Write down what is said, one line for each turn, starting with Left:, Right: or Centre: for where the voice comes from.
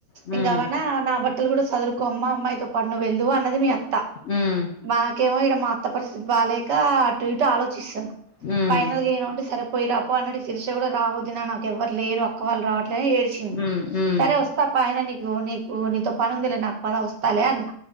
Left: మ్మ్
Right: ఇంగా నా బట్ అలు కూడా చదువుకో అమ్మ అమ్మాయితో పడును వెళ్దువు అన్నది మీ బక
Left: మ్మ్
Right: మాకేమో ఇడ మాఅత్త పరిస్థితిబాలే ఇంకా అటు ఇటు ఆలోచిస్తున్న
Left: మ్మ్
Right: ఫైనల్ గా ఏం ఉంటే సరే పోయిరాపో అన్నడి శిర్చ కూడా రాబోద్ నాకు ఎవరు లేరు ఒక్క వాళ్ళ రావ ని ఏడ్చింది
Left: మ్మ్ మ్మ్
Right: సరే వస్తా పా ఆయన నీకు నకు నతో పనంది నాకు పద వస్తలే అన్న